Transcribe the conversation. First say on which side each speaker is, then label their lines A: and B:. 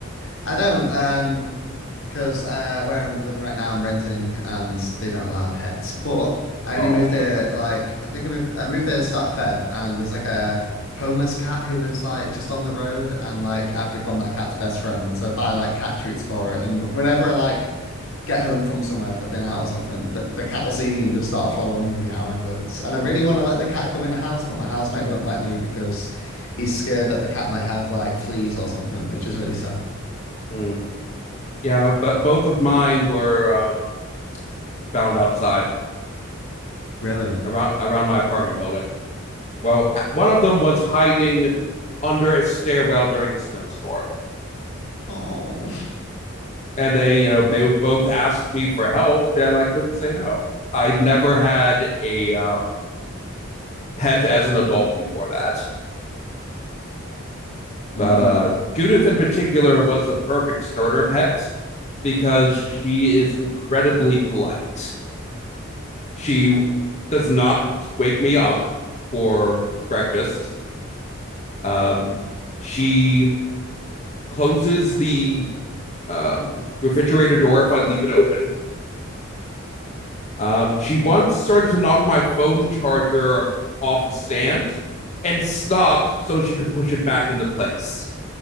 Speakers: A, on the left (about 75°); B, on the left (about 35°).
A: I don't um because uh, where I'm living right now, I'm renting and they don't allow pets. But I
B: Oh,
A: only moved there like I think I moved I moved there to start of Feb, and there's like a homeless cat who lives like just on the road, and like I've become that cat's best friend. So I buy like cat treats for it, and whenever I like get home from somewhere, if I've been out or something, the, the cat will see me and just start following me, meowing loads. And I really want to let the cat come in the house, but my housemate won't let me because he's scared that the cat might have like fleas or something, which is really sad.
B: mm. yeah, but both of mine were um, found outside
A: Really.
B: around around my apartment building. Well, one of them was hiding under a stairwell during a snowstorm.
A: Oh.
B: and they you know they both asked me for help and i couldn't say no i'd never had a um, pet as an adult before that
A: Mm.
B: but uh, judith in particular was the perfect starter pet because she is incredibly polite she does not wake me up for breakfast um, she closes the um, refrigerator door if i leave it open Um, she once started to knock my phone charger off a stand and stopped so she could push it back into place.